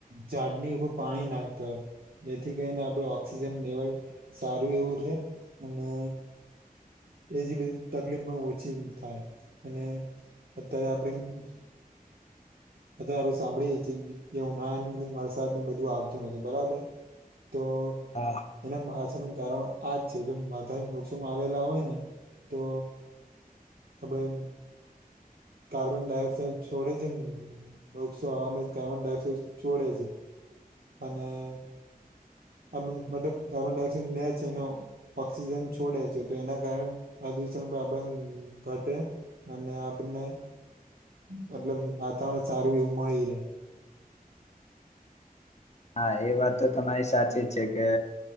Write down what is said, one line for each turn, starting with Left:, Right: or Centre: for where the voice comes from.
Right: ઝાડની ઉપર પાણી નાખતા હોય. જેથી કરીને આપણે ઓક્સિજન લેવલ સારું એવું રહે અને. એજી બધી તકલીફ પણ ઓછી થાય અને અત્યારે આપણે- અત્યારે આપણે સાંભળીએ છીએ. ઉનાળાના વરસાદને બધું આવતું નથી, બરાબર? તો
Left: હા
Right: તેનામા છે ને કારણ આજ છે જો માથાના વૃક્ષોમાં આવેલા હોય ને તો આપણે
Left: હ <unintelligible>
Right: કાર્બન ડાયોક્સાઇડ છોડે છે, વૃક્ષો હવામાં કાર્બન ડાયોક્સાઇડ છોડે છે. અને- આપણ મતલબ કાર્બન ડાયોક્સાઇડ લે છે અને ઓક્સિજન છોડે છે, તો એને આ પદૂષણ આપણ ઘટે અને આપણને મતલબ, વાતાવરણ સારું એવું મળી રહેે.
Left: <inaudible> હા, એ વાત તો તમારી સાચી જ છે કે